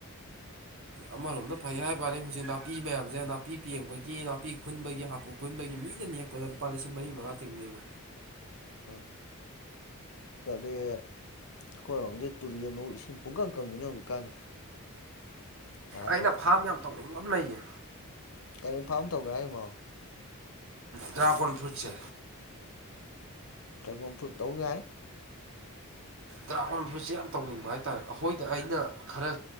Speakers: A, on the right; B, on the left.
A: ꯑꯃꯔꯣꯝꯗ ꯐꯩ ꯍꯥꯏꯕꯅꯤ ꯍꯧꯖꯤꯛ ꯅꯥꯄꯤ ꯃꯌꯥꯝꯁꯦ ꯅꯥꯄꯤ ꯄꯦꯡꯕꯒꯤ ꯅꯥꯄꯤ ꯈꯨꯟꯕꯒꯤ ꯍꯥꯄꯨ ꯈꯨꯟꯕꯒꯤ ꯃꯤꯗ ꯅꯦꯛꯄꯗ ꯂꯨꯄꯥ ꯂꯤꯁꯤꯡ ꯃꯔꯤ ꯃꯉꯥ ꯇꯤꯡꯕꯤꯕ
B: ꯍꯣꯏ ꯇꯔꯦ ꯑꯩꯈꯣꯏꯔꯣꯝꯁꯦ ꯇꯨꯨꯔꯔꯤꯅꯋꯣ ꯏꯁꯤꯡ ꯄꯨꯡꯀꯪꯀꯪꯃꯤꯅꯦ ꯍꯧꯖꯤꯛꯀꯥꯟꯁꯦ ꯌꯥꯗ꯭ꯔꯦ
A: ꯑꯩꯅ ꯐꯥꯝ ꯌꯥꯝ ꯇꯧꯅꯤꯡꯕ ꯑꯃ ꯂꯩꯌꯦ
B: ꯀꯔꯤ ꯐꯥꯝ ꯇꯧꯒꯦ ꯍꯥꯏꯔꯤꯃꯣ
A: ꯗ꯭ꯔꯥꯒꯣꯟ ꯐ꯭ꯔꯨꯠꯁꯦ
B: ꯗ꯭ꯔꯥꯏꯒꯣꯟ ꯐꯨꯠ ꯇꯧ ꯌꯥꯏ
A: ꯗ꯭ꯔꯥꯒꯣꯟ ꯐ꯭ꯔꯨꯠꯁꯦ ꯌꯥꯝ ꯇꯧꯅꯤꯡꯕ ꯍꯥꯏꯇꯥꯔꯦ ꯑꯩꯈꯣꯏꯗ ꯑꯩꯅ ꯈꯔ